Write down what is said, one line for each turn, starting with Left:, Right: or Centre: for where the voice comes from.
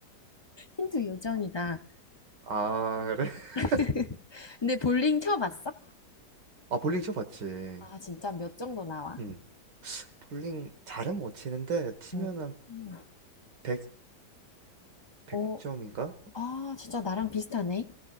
Left: 힌트 요정이다.
Right: 아, 그래? <laughs>
Left: <laughs> 근데 볼링 쳐봤어?
Right: 아, 볼링 쳐봤지.
Left: 아, 진짜 몇 정도 나와?
Right: 응. 볼링 잘은 못 치는데, 치면
Left: 음.
Right: 한
Left: 음.
Right: 백백
Left: 어,
Right: 100점인가?
Left: 아, 진짜 나랑 비슷하네.